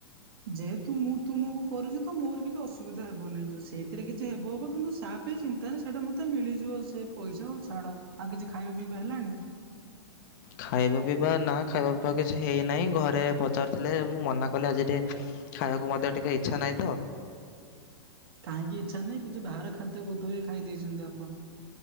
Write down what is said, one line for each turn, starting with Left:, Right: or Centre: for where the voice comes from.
Right: ଯେହେତୁ ମୁଁ ତୁମକୁ କରୁଛି ତ ମୋର କିଛି ଅସୁବିଧା ହେବ ନାହିଁ। ସେଇଥିରେ କିଛି ହେବ ହେବ କିନ୍ତୁ ସା ଚିନ୍ତା ନାହିଁ। ସେଇଟା ମୋତେ ମିଳିଯିବ ସେ ପଇସା। ଆଉ ଛାଡ ଆଉ କିଛି ଖାଇବା ପିଇବା ହେଲାଣି?
Left: ଖାଇବା ପିଇବା, ନା ଖାଇବା ପିଇବା କିଛି ହେଇନାହିଁ। ଘରେ ପଚାରୁଥିଲେ। ମୁଁ ମନା କଲି ଆଜି ଟିକେ ଖାଇବାକୁ ମୋତେ ଟିକେ ଇଚ୍ଛା ନାହିଁ ତ।
Right: କାହିଁକି ଇଚ୍ଛା ନାହିଁ। କିଛି ବାହାର ଖାଦ୍ୟ ବୋଧେ ହୁଏ ଖାଇ ଦେଇଛନ୍ତି ଆପଣ।